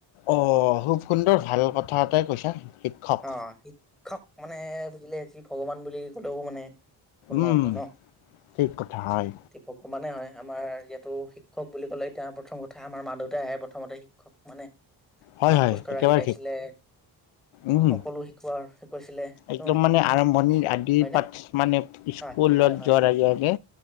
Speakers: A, on the left; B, in the centre.
A: অ' খুব সুন্দৰ ভাল কথা এটাই কৈছা। শিক্ষক
B: অ' শিক্ষক মানে বুজিলে যি ভগৱান বুলি বুলি ক'লেও মানে ভূল নহ'ব
A: উম
B: ন,
A: ঠিক কথা হয়
B: শিক্ষকটো ভগৱানে হয়। আমাৰ ইয়াতটো শিক্ষক বুলি ক'লে এতিয়া প্ৰথম কথা আমাৰ মা দেউতাইহে প্ৰথমতে শিক্ষক মানে।
A: হয়,
B: আমাক
A: হয়,
B: খোজকঢ়া
A: একেবাৰে
B: শিকাইছিলে
A: ঠিক। উম,
B: সকলো শিকোৱা শিকাইছিলে ত
A: একদম মানে আৰম্ভণিৰ আদিৰ
B: হয়নে?
A: পাত মানে
B: হয়
A: স্কুলত
B: হয় হয়
A: যোৱাৰ
B: হয়
A: আগে আগে